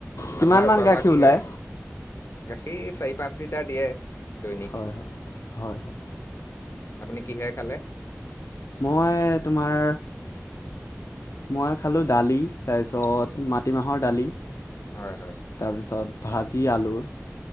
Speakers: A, on the left (about 80°); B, on the left (about 60°).
A: কিমান
B: আপোনাৰ
A: মান
B: খোৱা
A: গাখীৰ
B: বোৱা কিহেৰে
A: ওলাই
B: গাখীৰ চাৰি পাঁচ লিটাৰ দিয়ে দৈনিক
A: হয় হয় হয় হয়
B: আপুনি কিহে খালে
A: মই তোমাৰ মই খালোঁ দালি তাৰপিছত মাটিমাহৰ দালি
B: হয় হয়
A: তাৰপিছত ভাজি আলুৰ